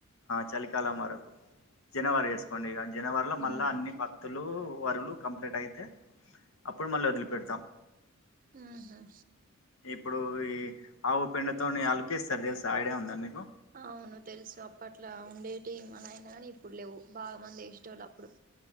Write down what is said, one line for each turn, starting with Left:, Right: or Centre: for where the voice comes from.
Left: చలికాలం వరకు జనవరి వేసుకోండి ఇ జనవరిలో మళ్ళా
Right: ఉమ్
Left: అన్ని పత్తులు వరులు కంప్లీట్ అయితే అప్పుడు మళ్ళీ వదిలిపెడతాం
Right: మ్ ఊహు
Left: ఇప్పుడు ఈ ఆవు పిండి తోని అలుకేస్తారు తెలుసా ఐడియా ఉందా మీకు
Right: అవును తెలుసు అప్పట్లా ఉండేటి మనయన గానీ ఇప్పుడు లేవు బాగా మంది ఏసెటోళ్ళు అప్పుడు